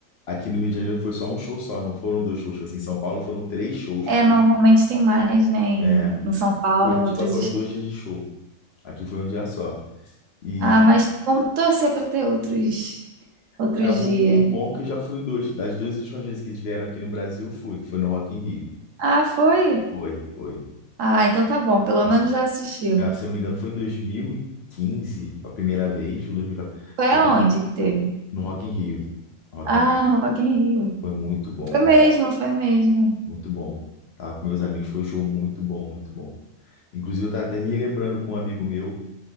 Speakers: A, on the left (about 55°); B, on the right (about 70°).
A: aqui no Rio de Janeiro foi só um show só, não foram dois shows. Tipo assim, em São Paulo foram três shows.
B: É, normalmente tem mais, né, em,
A: É,
B: em São Paulo,
A: e em Curitiba
B: em outros
A: foram
B: estados.
A: dois dias de show. Aqui foi um dia só. E
B: Ah, mas vamos torcer para ter outros, outros
A: é, o,
B: dias.
A: o bom é que eu já fui em dois. Das duas últimas vezes que eles vieram aqui no Brasil, eu fui, que foi no Rock in Rio.
B: Ah, foi?
A: Foi, foi.
B: Ah, então tá bom, pelo
A: Ah,
B: menos
A: se
B: já assistiu.
A: ah, se eu não me engano, foi 2015 a primeira vez, ou 2014.
B: Foi
A: Eu
B: aonde
A: fui
B: que teve?
A: no Rock in Rio. Rock
B: Ah,
A: in Rio
B: no Rock in Rio.
A: foi muito bom,
B: Foi mesmo, foi mesmo.
A: muito bom. Tava com meus amigos, foi um show muito bom, muito bom. Inclusive, eu tava até relembrando com um amigo meu,